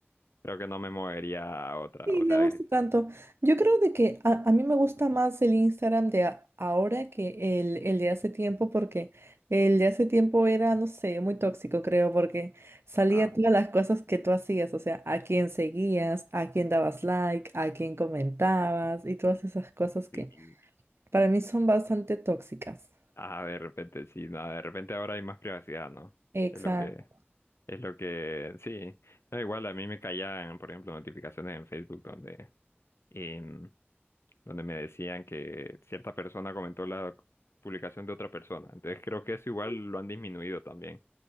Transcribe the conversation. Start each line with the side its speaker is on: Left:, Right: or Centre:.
Left: creo que no me movería a otra.
Right: sí,
Left: O
Right: me
Left: sea,
Right: gusta
Left: es-
Right: tanto. Yo creo de que a, a mí me gusta más el Instagram de a- ahora que el, el de hace tiempo, porque el de hace tiempo era, no sé, muy tóxico, creo, porque salía
Left: ah,
Right: todas las cosas que tú hacías, o sea, a quién seguías, a quién dabas like, a quién comentabas y todas esas cosas que
Left: sí,
Right: para mí son bastante tóxicas.
Left: ah, de repente sí, no, de repente ahora hay más privacidad, ¿no?
Right: Exacto.
Left: Es lo que, es lo que, sí. No, igual a mí me caían, por ejemplo, notificaciones en Facebook donde, em, donde me decían que cierta persona comentó la publicación de otra persona. Entonces creo que eso igual lo han disminuido también.